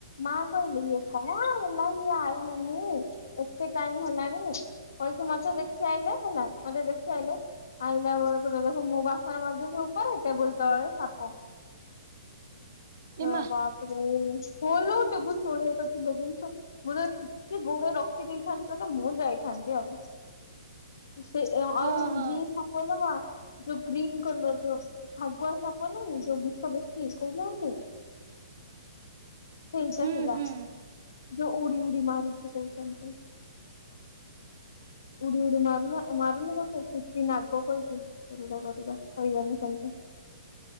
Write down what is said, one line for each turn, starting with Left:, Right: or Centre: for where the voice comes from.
Left: ମା କହିଲେ ଇଏ କଣ ହେଲା ଇଏ ଆଇଲାନି ଏତେ ଟାଇମ୍ ହେଲାଣି କହିିକି ମତେ ଦେଖିଆଇଲେ ହେଲା ମତେ ଦେଖାଇଲେ ଆଉ ତାବେଳକୁ <unintelligible> ମୁଁ ବାସନ ମାଯୁଚି ଉପରେ ଟେବୁଲ ତଳେ ସା ପ
Right: ଏମା
Left: ୟଗାସ <unintelligible> ଓଲୋ ଟେବୁଲ୍ ତଳେ ଏଟା ଥିଲା କେମ୍ ଚ୍ ମୋର ଟିକେ ଗୋଡ ରଖି ଦେଇେଥାନ୍ତି ତାହେଲେ ମୁଁ ଯାଇଥାନ୍ତି ଆଉ। ଇସେ ଏଆ ଆଉ
Right: ଓହୋ
Left: ଯିଏ ସାପ କଲର ଯୋଉ ଗ୍ରୀନ କଲର ଯୋଉ ଶାଗୁଆ କ ପ ନାହିଁ ଯୋଉ ବିଷ ବେଶୀ କହୁ ନାହାନ୍ତି। ସେଇଟା
Right: ହୁଁ
Left: ଥିଲା।
Right: ହୁଁ
Left: ଯଉ ଉଡ଼ି ଉଡ଼ି ମାରଚି କହୁଚନ୍ତି ଉଡ଼ି ଉଡ଼ି ମାରଲ ଏ ମାରୁନି ମତେ ଚିତିନାଗ କୁଅନ୍ତି ଏଡୁଦା ବଦୁଦା ହେଇ ଗନି <unintelligible>